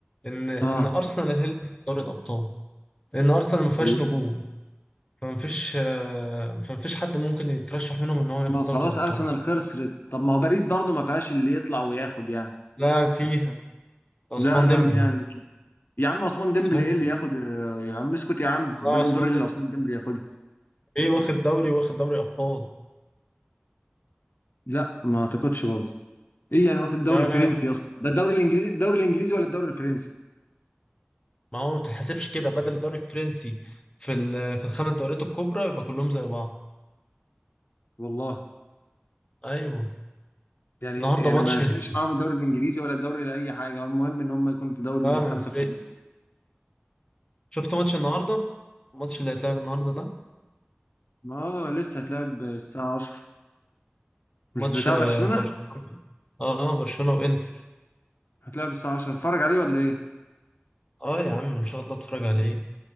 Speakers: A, on the left; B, on the left.
A: ان ان
B: اه
A: ارسنال هي اللي تاخد دوري الابطال لان ارسنال ما فيهاش
B: والله
A: نجوم فما فيش آه، فما فيش حد ممكن يترشح منهم ان هو ياخد
B: ما
A: دوري
B: خلاص
A: الابطال
B: ارسنال خسرت طب ما هو باريس برضه ما فيهاش اللي يطلع وياخد يعني
A: لا فيها عثمان
B: لا لا
A: ديمبلي
B: مين يعني لك يا عم عثمان ديمبلي
A: عثمان
B: ايه
A: ديمبلي
B: اللي ياخد آه، يا عم اسكت يا عم بالون
A: لا عثمان
B: دور إيه اللي
A: ديمبلي
B: عثمان ديمبلي ياخدها
A: ايه واخد دوري واخد دوري ابطال
B: لا ما اعتقدش برضه ايه يعني واخد الدوري
A: لا
B: الفرنسي
A: لا لا
B: يا اسطى ده الدوري الانجليزي الدوري الانجليزي ولا الدوري الفرنسي
A: ما هو ما بتتحسبش كده بدل الدوري الفرنسي في ال- في الخمس دوريات الكبرى يبقى كلهم زي بعض
B: والله
A: ايوه
B: يعني
A: النهارده
B: يعني
A: ماتش
B: ما
A: ال-
B: ليش ما عم الدور الإنجليزي ولا الدور لأي حاجة هو المهم إنهم ما يكون في دوري
A: اه
B: من الخمسة
A: ما يفرقش
B: كبار
A: شفت ماتش النهارده الماتش اللي هيتلعب النهارده ده
B: ما لسه تلعب 12 مش
A: ماتش
B: بتتابع
A: آه،
B: شلونه؟
A: برشلونه اه برشلونه وانتر
B: هتلعب 12 هتفرق عليهم ليه؟
A: اه يا عم ان شاء الله اتفرج عليه